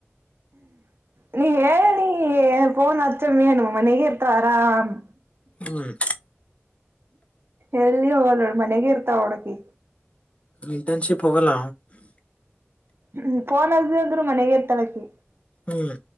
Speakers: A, on the right; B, on the left.
A: ನೀ ಹೇಳಿ ಫೋನ್ ಹಚ್ಚಮ್ಮಿ ಏನು ಮನೆಗ ಇರ್ತವಾರಾ ಹ್ಮ್ಮ್.
B: ಹ್ಮ್
A: ಎಿ ಹೋಗಲ್ಲ ನೋಡಿ ಮನೆಗೆ ಇರ್ತಾವ ಹೋಡಕಿ
B: ಮಟನ್ಶಿಪ್ ಹೋಗಲ್ಲ
A: ಹ್ಮ್ ಪನ್ದ ಅಂದ್ರೂ ಮನಗೆರ್ ತಲಕ್ಕೆ
B: ಹ್ಮ್